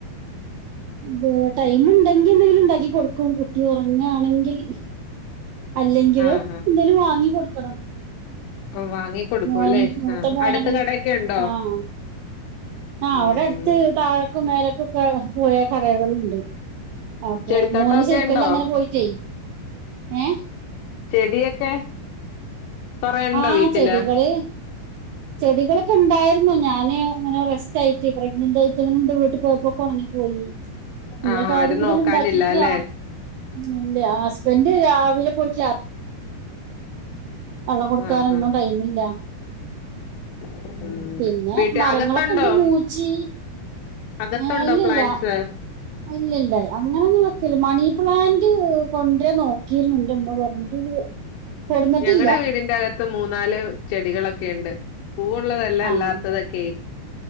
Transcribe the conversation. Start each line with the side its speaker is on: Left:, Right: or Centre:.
Right: വേ ടൈം ഇണ്ട് ങ്കി എന്തെങ്കിലും ഇണ്ടാക്കി കൊടുക്കും കുട്ടി ഉറങ്ങാണെങ്കിൽ അല്ലെങ്കില്
Left: ആഹ്
Right: ന്തേലും വാങ്ങികൊട് ക്കണം
Left: ആഹ് വാങ്ങി കൊടുക്കും
Right: മോന്
Left: അല്ലേ
Right: മൂത്ത
Left: ആഹ്
Right: മോന്
Left: അടുത്ത്
Right: അങ്ങനെ
Left: കടയൊക്കെ ഉണ്ടോ
Right: ആഹ് ആ
Left: ഉം
Right: അവിടെ അട്ത്ത് താഴക്കും മേലക്കും ക്കെ പോയാ കടകള്ണ്ട്. അപ്പൊ
Left: ചെടിത്തോട്ടൊക്കെ
Right: മോന് സൈക്കിളിൽ
Left: ഉണ്ടോ
Right: അങ്ങനെ പോയിട്ടേയ് ഏഹ്
Left: ചെടിയെക്കെ കൊറെ ഇണ്ടോ
Right: ആഹ്
Left: വീട്ടില്
Right: ചെടികള് ചെടികളൊക്കെ ഇണ്ടായിരുന്നു ഞാന് ഇങ്ങനെ റെസ്റ്റായിട്ട് പ്രഗ്നനാന്റ് ആയി ട്ട്ങ്ങനെ ഇന്റെ വീട്ട് പോയപ്പൊക്കെ ഒണങ്ങിപ്പോയി ഇഞ്ഞൊക്കെ
Left: ആഹ് ആരും
Right: ആദ്യം മുതല്
Left: നോക്കാനില്ല
Right: ഇണ്ടാക്കീട്ട്
Left: അല്ലേ
Right: വാണം. ഉം ഇല്ല്യ ഹസ്ബന്റ് രാവിലെ പോയിട്ട് രാ വള്ളം കൊട്ക്കാനൊന്നും
Left: ആഹ് ആഹ്
Right: ടൈമില്ല.
Left: <inaudible>
Right: പിന്നെ
Left: വീട്ടി
Right: മരങ്ങളൊക്കെ
Left: അകത്തുണ്ടോ
Right: ഇണ്ട് മൂച്ചി
Left: അകത്തുണ്ടോ
Right: ഏ ഇല്ലല്ല
Left: പ്ലാന്റ്സ്
Right: ഇല്ലല്ല അങ്ങനെ നോക്കല് മണിപ്ലാന്റ് കൊണ്ടരോ നോക്കിരുന്നു ഇന്റെ ഉമ്മ പറഞ്ഞിട്ട് കൊടുന്നിട്ടില്ല
Left: ഞങ്ങളുടെ വീടിന്റെ അക ത്ത് മൂന്നാല് ചെടികളൊക്കെ ഉണ്ട് പൂവൂള്ളതല്ല
Right: ആഹ്
Left: അല്ലാത്തതൊക്കെ <inaudible>